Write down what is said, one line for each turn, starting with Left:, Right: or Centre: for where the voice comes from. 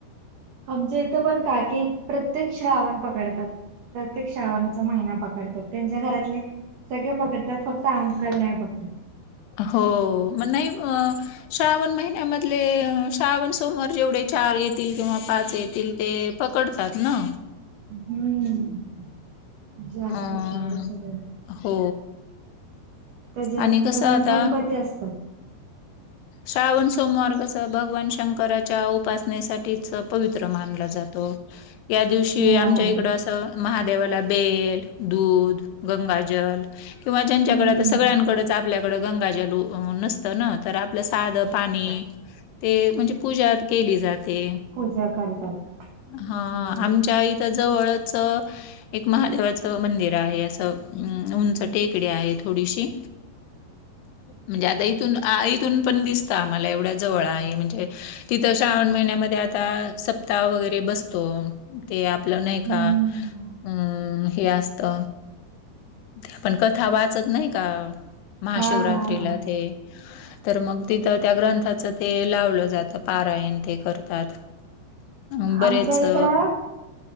Right: आमच्या इथं पण काकी प्रत्येक श्रावण पकडतात. प्रत्येक श्रावणाचा महिना पकडतात. त्यांच्या घरातले सगळे पकडतात फक्त अंकल नाही पकडत.
Left: हो मग नाही अ श्रावण महिन्यामधले श्रावण सोमवार जेवढे चार येतील किंवा पाच येतील ते. पकडतात ना.
Right: हम्म जास्तात
Left: अ
Right: तेवढ सगळे.
Left: हो.
Right: त्याच्यानंतर
Left: आणि कसं
Right: मग
Left: आता
Right: गणपती असतो.
Left: श्रावण सोमवार कस? तर भगवान शंकराच्या उपासनेसाठीच पवित्र मानला जातो. या दिवशी
Right: हो
Left: आमच्या
Right: हो
Left: इकड असं महादेवाला बेल दूध गंगाजल. किंवा ज्यांच्याकडे
Right: हम्म
Left: आ सगळ्यांकडेच आपल्याकडं गंगाजलू नसतं ना. तर आपलं साध पाणी ते म्हणजे पूजा केली जाते.
Right: पूजा करतात
Left: हा
Right: हो
Left: आमच्या इथ जवळच. एक महादेवाचं मंदिर आहे असं अ उंच टेकडी आहे थोडीशी.
Right: ह
Left: म्हणजे आता इथून इथून पण दिसत आम्हाला एवढ्या जवळ आहे म्हणजे. तिथं श्रावण महिन्यामध्ये आता सप्ताह वगैरे बसतो ते. आपलं नाही
Right: हम्म
Left: का अम हे असत. आपण कथा वाचत नाही का महाशिवरात्रीला
Right: हा हा हा
Left: ते.
Right: <inaudible>
Left: तर मग तिथं त्या ग्रंथाचं ते लावलं जातं पारायण ते करतात. अं, बरेच
Right: आमच्या इकडं
Left: अ,